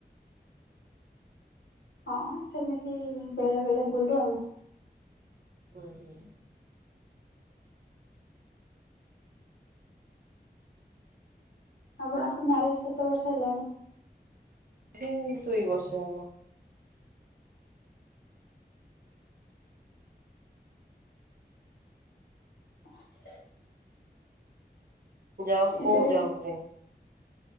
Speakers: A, on the left; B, on the right.
A: ହଁ ସେମିତି ବେଳେ ବେଳେ ବୁଲୁ ଆଉ।
B: ହଁ ହ
A: ଆପଣଙ୍କ ମ୍ୟାରେଜ କେତେ ବର୍ଷ ହେଲାଣି?
B: ସେ ଦୁଇ ବର୍ଷ ହବ।
A: <inaudible>
B: ଯାଉ କୋଉ
A: ଏବେ ବି
B: ଯାଉରେ